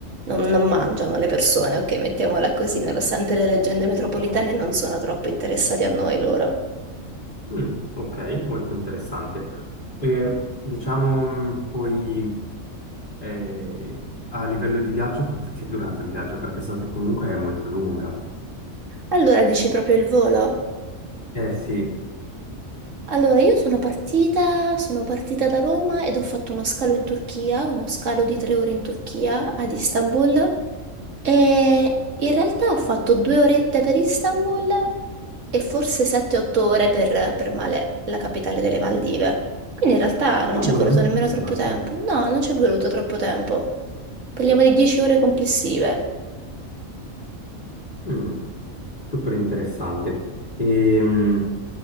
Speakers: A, on the right (about 65°); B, on the left (about 40°).
A: Non, non mangiano le persone, ok, mettiamola così, nonostante le leggende
B: Militari.
A: metropolitane non
B: Mhm.
A: sono troppo interessati a noi loro.
B: Mm, ok, molto interessante. E, diciamo, mh, poi eh, a livello di viaggio, quanto ti è durato il viaggio? Perché so che comunque è molto lunga.
A: Allora dici proprio il volo.
B: Eh sì,
A: Allora, io sono partita, sono partita da Roma ed ho fatto uno scalo in Turchia, uno scalo di tre ore in Turchia, ad Istanbul, e in realtà ho fatto due orette per Istanbul e forse 7-8 ore per, per Malé, la capitale delle Maldive. Quindi in realtà non
B: ma
A: ci
B: buono,
A: è voluto
B: neanche
A: nemmeno
B: così
A: troppo
B: tanto.
A: tempo. No, non ci è voluto troppo tempo. Parliamo di 10 ore complessive.
B: Mm. Super interessante. E, mh,